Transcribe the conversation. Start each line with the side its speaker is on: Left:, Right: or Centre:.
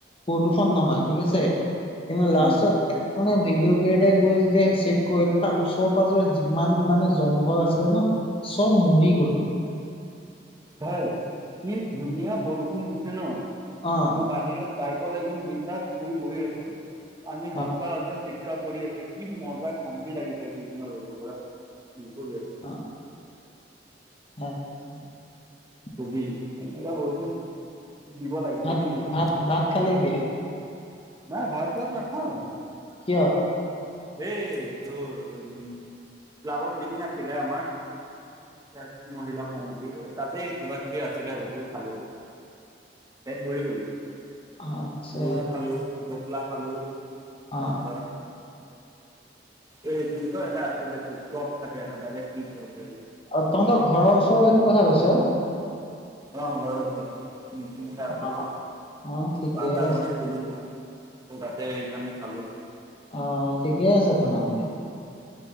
Left: প্ৰদূষণ নহয় ঠিক আছে। কিন্ত লাষ্টত
Right: উম
Left: মানে ভিডিঅ' ক্ৰীয়েটৰ গৈ যেতিয়া চেক কৰিল, তাৰ ওচৰ পাজৰ যিমান মানে জংঘল আছে ন চব মৰি গল।
Right: ভাই কি ধুনীয়া বৰষুণ দিছে ন
Left: অ
Right: মই বাহিৰত বাইকত একদম বিন্দাছ শুই, বহি আছো। আমি হাল্কা
Left: অ
Right: হাল্কা চিটকা পৰি আছে কি মজা শান্তি লাগিছে দুইদিনৰ ৰ'দৰ পৰা। কি কৰি <unintelligible>
Left: অ <unintelligible>
Right: ওবি এনেকোৱা বৰষুণ। দিব লাগে,
Left: ভাত
Right: ডিঙি দিব লাগে।
Left: ভাত ভাত খালে দিয়া
Right: নাই ভাত-চাত নাখাওঁ।
Left: কিয়?
Right: এ তোৰ উ ক্লাবত মিটিং আছিলে আমাৰ। ইয়াত মহিলা <unintelligible> তাতে কিবা কিবি আছিলে, সেইবোৰে খালো। পেট ভৰি গল।
Left: আচ্ছা
Right: ৰোল খালো, ঢকলা খালো, তাৰ
Left: অ
Right: পিছত এই কি এটা আছিল চপ থাকে এটা বেলেগ কি চ <unintelligible>
Left: অ, তহঁতৰ ঘৰৰ ওচৰৰ এইটো কথা কৈছ?
Right: অ ঘৰ ওচৰ আছিলে
Left: অ অ ঠিকে
Right: তাৰ পৰা
Left: আছে
Right: বনাইছিলো ন ত তাতে সেইকাৰণে খালো।
Left: আহ ঠিকেই আছে তেনেহ'লে।